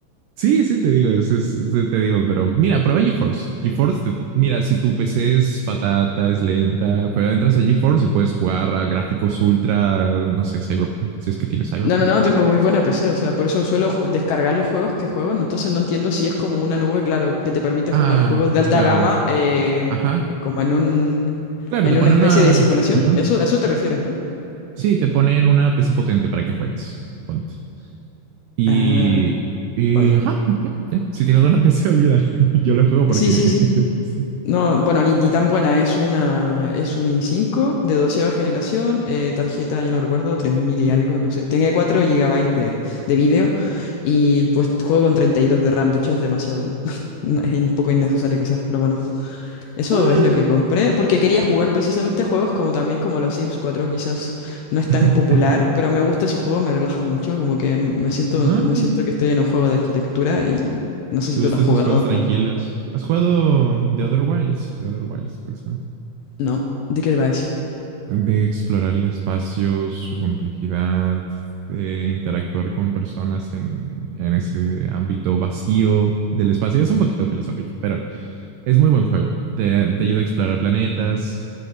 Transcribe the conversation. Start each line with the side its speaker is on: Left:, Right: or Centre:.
Right: Sí, sí, te digo, es, es- te te digo, pero mira, prueba GeForce. GeForce, te- mira, si tu PC es patata, es lenta, juega, entras a GeForce y puedes jugar a gráficos ultra, no sé, Cyberpunk, si es que tienes Cyberpunk.
Left: No, no, no, tengo muy buena PC, o sea, por eso suelo ju- descargar los juegos que juego, ¿no? entonces no entiendo si es como una nube, claro, que te permite
Right: Ah,
Left: jugar juegos de alta
Right: claro,
Left: gama eh,
Right: ajá,
Left: como en un
Right: claro,
Left: en
Right: te pone
Left: una especie
Right: una,
Left: de simulación.
Right: ajá,
Left: Eso, a eso te refieres, ¿no?
Right: sí, te ponen una PC potente para que juegues, ponte. Y,
Left: Ah,
Right: y
Left: vaya.
Right: ajá, <laughs> ya, ya. Si tiene alguna PC, olvídalo. <laughs> Yo lo juego porque
Left: Sí, sí, sí.
Right: <laughs> sí.
Left: No, bueno, ni, ni tan buena, es una, es un i5 de doceava generación, eh, tarjeta, ya no recuerdo, 3000 y algo, no sé, tiene 4 gigabytes de, de vídeo y pues juego con 32 de RAM, de hecho es demasiado, ¿no? <laughs> No, Es un poco innecesario quizás, pero bueno, eso
Right: Ah.
Left: es lo que compré porque quería jugar precisamente juegos como también como los Sims cuatro quizás no es tan
Right: <laughs>
Left: popular, pero me gusta ese juego, me relaja mucho, como que me siento,
Right: Ah,
Left: me siento que estoy en un juego de arquitectura y no sé
Right: ¿te
Left: si tú
Right: gustan
Left: lo has jugado.
Right: esos juegos tranquilos? ¿Has jugado The Other Wilds? The Other Wilds, por ejemplo.
Left: No, ¿de qué va ese?
Right: de explorar el espacio, su complejidad, de interactuar con personas en, en ese ámbito vacío del espacio. Es un poquito filosófico, pero es muy buen juego. Te, te ayuda a explorar planetas.